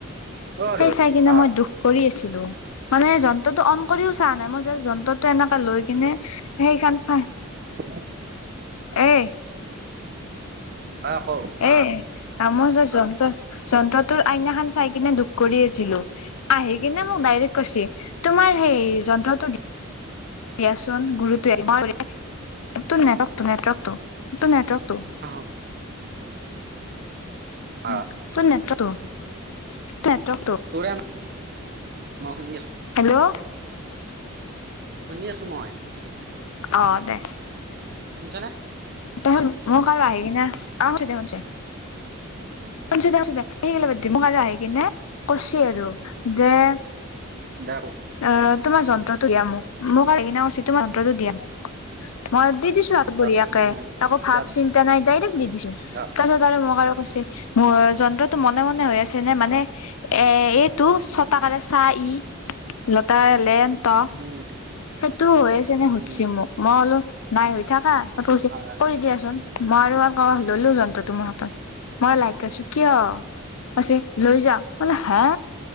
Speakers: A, on the right (about 45°); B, on the left (about 80°).
A: অ আৰু
B: সেই চাই কিনে
A: আহ
B: মই দুখ কৰি আছিলো মানে যন্ত্ৰটো অন কৰিও চাহ নাই মই যে যন্ত্ৰটো এনেকে লৈ কিনে এ এ এ। সেই কাৰণ ছাই।
A: উঃ এ এ।
B: এ এ এই।
A: হয় আকৌ।
B: এ আ মই যে যন্ত্ৰ যন্ত্ৰটোৰ আইনাখান চাই কিনে দুখ কৰি আছিলো। আহি কিনে মোক ডাইৰেক্ট কৈছে এ এ এ তোমাৰ সেই যন্ত্ৰটো দি দিয়াচোন গুৰুটোৱে ইমান কৰে। তোৰ নেটৱৰ্কটো নেটৱৰ্কটো তোৰ নেটৱৰ্কটো।
A: অঃ। অ
B: উ, তোৰ নেটৰ্টো তোৰ নেটৱৰ্কটো।
A: তোৰে ন সোমাব দি আছে।
B: হেল্ল'!
A: শুনি আছো মই।
B: অ অ দে।
A: শুনছা না?
B: তহ মই কাল আহি না আহচ দেখোনচ। আহিঁছো দে আছো দে সে আৰু বাদ দে মোৰ ফালে আহি কিনে কৈছে আৰু যে-
A: দেখো।
B: অ অ অ, তোমাৰ যন্ত্ৰটো দিয়া মোক মোক আৰ সেইকাৰণে কৈছে তোমাৰ যন্ত্ৰটো দিয়া মোক ঠ্। মই দি দিছো আগবঢ়িয়াকে
A: অ উম
B: তাকো
A: পিছত
B: ভাৱ চিন্তা নাই ডাইৰেক্ট দি দিছো
A: অ
B: তাৰপিছত <unintelligible> মোক আৰু কৈছে মো যন্ত্ৰটো মনে মনে হৈ আছে নে মানে এ এইটো ছটাকাৰে চা ই। লতাৰ লেন ত
A: উম
B: সেইটো হৈ আছে নে
A: উম
B: সুধছি মোক। মই বুলো নাই হৈ থাকা সটোচি
A: অ
B: কৰি দিয়াচোন। মই আৰু আ হ ললো যন্ত্ৰ তোমাৰ হাতত, মই লাইক আছো কিয়? কৈছে লৈ যা বোলে হা!